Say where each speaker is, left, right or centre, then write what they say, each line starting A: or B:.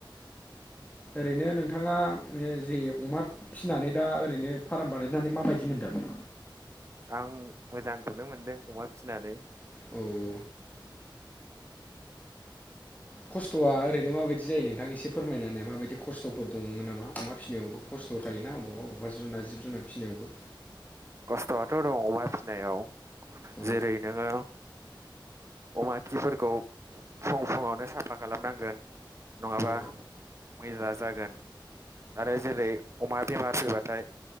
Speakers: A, on the left; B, on the right.
A: ओरैनो नोंथाङा जे अमा फिनानै दा ओरैनो फाराम बानायनानै माबायदि मोनदों?
B: आं मोजांखौनो मोनदों अमा फिनानै।
A: उम खस्थ'आ ओरैनो माबायदि जायो नोंथां एसे फोरमायनानै माबायदि खस्थ'फोर दङ नामा अमा फिसिनायाव खस्थ' थायोना अबेबा बबेबा जुनार जिब जुनार फिसिनायावबो?
B: खस्थ'आथ' दं अमा फिसिनायाव
A: औ
B: जेरै नोङो अमा खिफोरखौ फुं फुङावनो साफा खालामनांगोन नङाबा
A: औ
B: मैला जागोन आरो जेरै अमा बेमार फैबाथाय